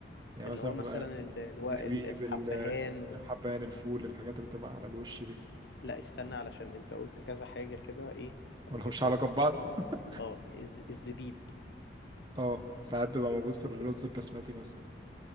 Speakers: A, on the right; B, on the left.
A: يعني
B: اللي
A: مثلا
B: هو
A: بقى
B: مثلا ال- الو-
A: الزبيب
B: ال- الحبهان
A: ال-
B: وال-
A: الحبهان الفول الحاجات اللي بتبقى على الوش دي
B: لا استنى علشان انت قلت كذا حاجة كده ايه
A: ولا
B: انا جبت
A: مش علاقه
B: ايرور
A: ببعض <laughs>
B: اه الز- الزبيب
A: اه ساعات بيبقى موجود في الرز البسمتي مثلا